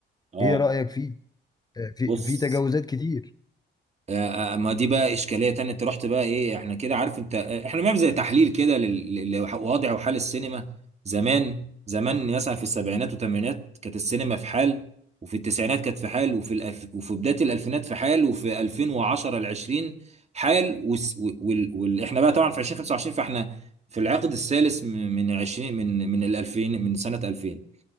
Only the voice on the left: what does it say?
ايه رأيك فيه آه، في
في تجاوزات كتير